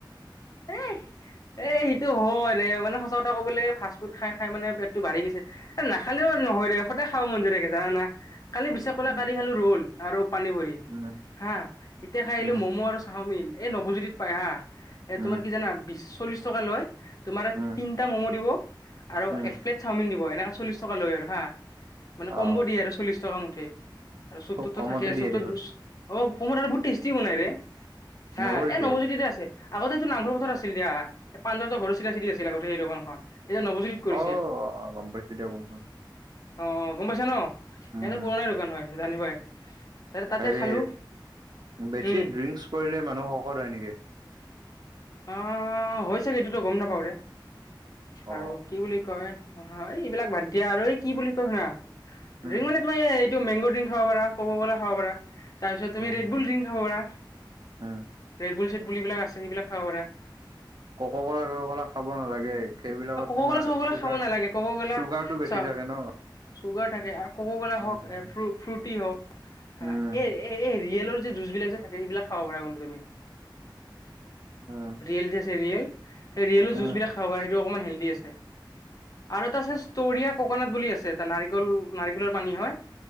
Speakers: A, on the left (about 45°); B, on the right (about 55°).
A: এ এ সিটো হয় ৰে মানে সছা সচা কথা কবলৈ ফাষ্ট ফুড খাই খাই মে পেটতটো বাঢ়ি গৈছে নাখালেও নহয় ৰে সদায় খাব মন য়ায থাকে জানা কালি বিছাখ কৰা
B: উম
A: কালি খালো ৰ'ল আৰু পানী ভৰি
B: উম
A: হা এতিয়া খাই আহিলোঁ
B: উম
A: ম'ম' আৰু চাওমিন এই নৱজ্যোতিত পাই হা এ
B: উম
A: তোমাৰ কি জানা বিশ চল্লিশ টকা লয় তোমাৰ
B: উম
A: তিনটা ম'ম দিব আৰু
B: উম
A: এক প্লেট চাওমিন দিব এনেকাে চল্লিশ টকা লৈ আৰু হা মানে
B: অ
A: কমব দিয়ে আৰু চল্লিশ টকা মুঠে আৰু চুপটো
B: কমতে
A: থাকে চুপটো
B: দিয়ে দেখোন
A: অ কমত বহুত টেষ্টি বনাই ৰে হা
B: নব্বৈ
A: এ
B: দিয়ে
A: নৱজ্যোতিৰে আছে আগতে এইতটো নামঘৰ পথাৰ আছিল দা পানজলৰ ঘৰ চিধা চিধি আছিল আগতে সেই দোকানখন এতিয়া নৱজ্যোতিত কৰিছে
B: অহ অহ গম পাইছো দিয়া কোনখন
A: অ অ গম পাইছা ন
B: উম
A: ইহঁতে পুৰণা দোকান হয় জানি বাই ত তাতে
B: হেৰি
A: খালো
B: বেছি
A: উম
B: ড্ৰিংকছ কৰিলে মানুহ শকত হয় নেকি
A: অ হৈছোগে এইটোতো গম নাপাওৰে
B: অ
A: আৰু কি বুলি কয় হয় এইবিলাক বাদ দিয়া আৰু এই কি বুলি কয় শুনা
B: উম
A: ড্ৰিংক মানে তুমি এই মেংগ ড্ৰিং খাব পাৰা কককলা খাব পাৰা তাৰপিছত তুমি
B: উম
A: ৰেডবুল ড্ৰিং খাব পাৰা।
B: উম
A: ৰেডবুল চেডবুল এইবিলাক আছে সেইবিলাক খাব পাৰে।
B: কককলা চককলা খাব নালাগে সেইবিলাকত
A: ক'ক'
B: তোমাৰ
A: ক'লা চক' ক'লা
B: চুগাৰ
A: খাব নালাগে ক'ক' ক'লা
B: চুগাৰ টো বেছি।
A: চা
B: ঠি থাকে ন
A: চুগাৰ থাকে আৰু কককলা
B: উম
A: হওক ফ্ৰুটি হওক হ
B: উম
A: এই এই ইয়েলৰ যে জুচ বিলাক যে থাকে সেইবিলাক খাব পাৰা কিন্তু তুমি
B: উম
A: ৰিয়েল যে আছে ৰিয়েল সেই ৰিয়েলৰ জুচ বিলাক
B: উম
A: খাব পাৰে সেইটো অকমান হেলডি আছে আৰু এটা আছে সষ্টৰিয়া ককনাত বুলি আছে এটা নাৰিকল নাৰিক পানী হয়